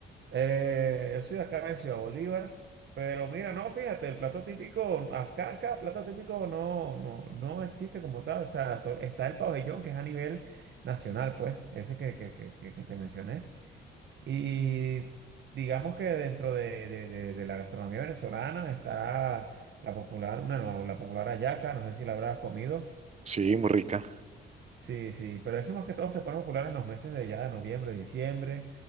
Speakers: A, on the right; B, on the right.
A: Eh, yo soy de acá de Ciudad Bolívar, pero mira, no, fíjate, el plato típico, acá, acá, plato típico no, no, no existe como tal, o sea, so- está el pabellón que es a nivel nacional, pues, ese que, que, que, que- que te mencioné. Y digamos que dentro de, de, de, de la gastronomía venezolana está la popular, una, no, la popular hallaca, no sé si la habrás comido.
B: Sí, muy rica.
A: Sí, sí, pero eso más que todo se pone popular en los meses de ya, noviembre, diciembre